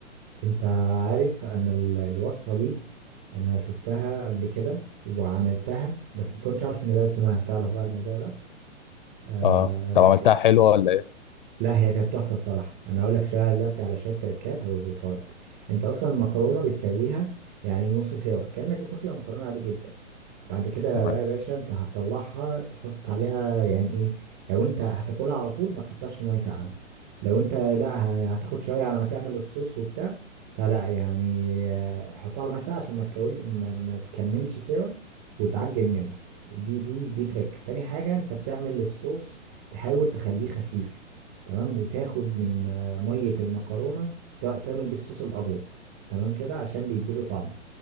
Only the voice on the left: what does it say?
اه طب عملتها حلوه ولا ايه
تمام